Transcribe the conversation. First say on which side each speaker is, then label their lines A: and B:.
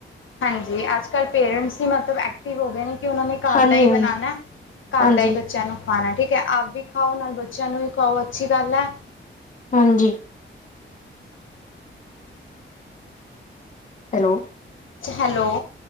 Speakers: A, on the left; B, on the left.
A: ਹਾਂਜੀ। ਅੱਜ ਕੱਲ੍ਹ ਪੇਰੈਂਟਸ ਹੀ ਮਤਲਬ ਐਕਟਿਵ ਹੋ ਗਏ ਨੇ ਕਿ ਉਹਨਾਂ ਨੇ ਘਰ
B: ਹਾਂਜੀ
A: ਦਾ ਹੀ
B: ਹਾਂਜੀ
A: ਬਣਾਉਣਾ। ਘਰ
B: ਹਾਂਜੀ
A: ਦਾ ਹੀ ਬੱਚਿਆਂ ਨੂੰ ਖਾਣਾ ਠੀਕ ਹੈ। ਆਪ ਵੀ ਖਾਓ, ਨਾਲ ਬੱਚਿਆਂ ਨੂੰ ਵੀ ਖਾਓ, ਅੱਛੀ ਗੱਲ ਹੈ।
B: ਹਾਂਜੀ ਹੈਲੋ
A: ਹੈਲੋ।